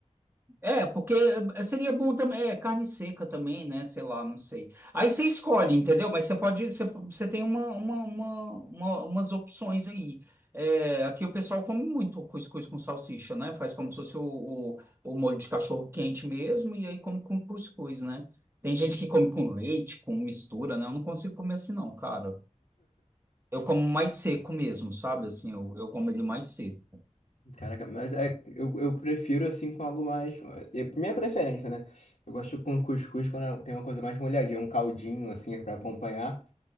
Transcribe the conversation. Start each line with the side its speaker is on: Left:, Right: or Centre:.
Right: é, porque eh, seria bom também, é, carne seca também, né? Sei lá, não sei. Aí você escolhe, entendeu? Mas você pode, você, você tem uma, uma, uma- uma- umas opções aí. É, aqui o pessoal come muito cuscuz com salsicha, né? Faz como se fosse o, o, o molho de cachorro quente mesmo, e aí come com cuscuz, né? Tem gente que come com leite, com mistura, né? Eu não consigo comer assim, não, cara. Eu como mais seco mesmo, sabe? Assim, eu, eu como ele mais seco.
Left: Caraca, mas é- eu, eu prefiro assim com algo mais. é Minha preferência, né? Eu gosto com cuscuz quando tem uma coisa mais molhadinha, um caldinho assim pra acompanhar.